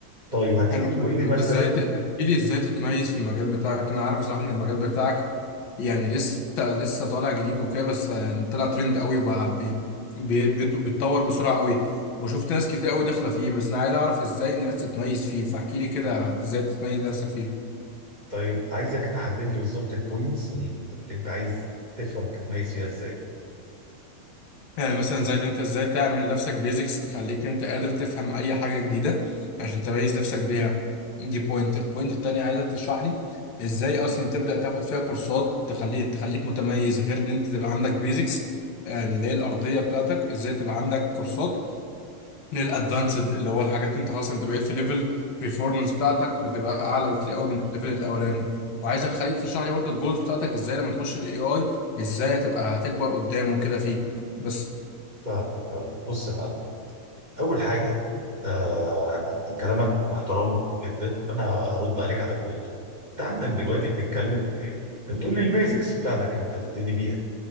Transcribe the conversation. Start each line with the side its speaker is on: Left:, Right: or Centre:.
Right: طيب هتيجي
Left: حلو
Right: تقول
Left: جدا
Right: لي مثلا
Left: انت ازاي تحكي لي ازاي تتميز في المجال بتاعك انا عارف بصراحه ان المجال بتاعك يعني لسه لسه طالع جديد وكده بس يعني طلع ترند قوي وبقى بي- بي- بيت- بيتطور بسرعه قوي وشفت ناس كتير قوي داخله فيه بس انا عايز اعرف ازاي الناس تتميز فيه فاحكي لي كده ازاي تتميز نفسك فيه
Right: طيب عايزك تحدد لي بالظبط البوينتس اللي انت عايز تفهم تتميز فيها ازاي
Left: يعني مثلا زي اللي انت ازاي تعمل لنفسك بيزكس تخليك انت قادر تفهم اي حاجه جديده عشان تميز نفسك بيها دي بوينت البوينت التانية عايزك تشرح لي ازاي اصلا تبدا تاخد فيها كورسات تخلي تخليك متميز غير ان انت تبقى عندك بيزكس اللي هي الارضيه بتاعتك ازاي تبقى عندك كورسات للادفانسد اللي هو الحاجات انت خلاص انت بقيت في ليفل performance بتاعتك بتبقى اعلى بكتير قوي من الليفل الاولاني وعايزك خليك تشرح لي برضه الجولز بتاعتك ازاي لما تخش الاي اي ازاي هتبقى هتكبر قدامه كده فيه بس
Right: فاهم فاهم بص يا معلم اول حاجه آه كلامك محترم جدا فانا هرد عليك على بوينت انت عندك دلوقتي بنتكلم في ايه؟ انت بتقول لي البيزكس بتاعتك اللي انت هتبتدي بيها